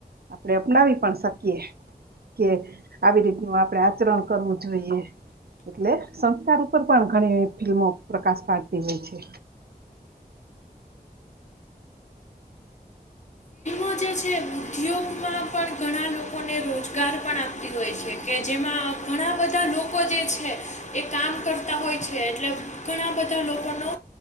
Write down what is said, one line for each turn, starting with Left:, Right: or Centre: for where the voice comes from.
Right: આપણે અપનાવી પણ શકીએ કે આવી રીતનું આપણે આચરણ કરવું જોઈએ. એટલે સંસ્કાર ઉપર પણ ઘણી ફિલ્મો પ્રકાશ પાડતી હોય છે
Left: તો જે છે ઉદ્યોગમાં પણ ઘણા લોકોને રોજગાર પણ આપતી હોય છે કે જેમાં ઘણા બધા લોકો જે છે એ કામ કરતા હોય છે એટલે ઘણા બધા બધા લોકોનો